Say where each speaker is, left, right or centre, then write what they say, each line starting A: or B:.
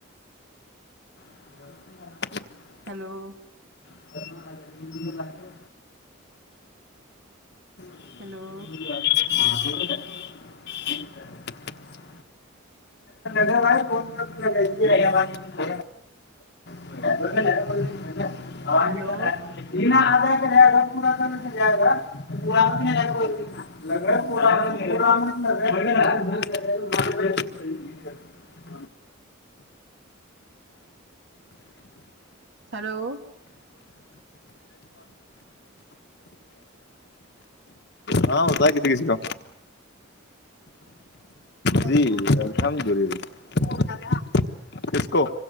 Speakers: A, on the left; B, on the right.
A: <unintelligible>
B: ہلو
A: <unintelligible> <unintelligible>
B: ہلو
A: د واہر فون کر کہ <unintelligible>
B: ہلو
A: <unintelligible> <unintelligible> <unintelligible> <unintelligible>
B: ہلو
A: ہاں ہوتا کسی کسی کا
B: ہلو
A: جی الحمد للہ کس کو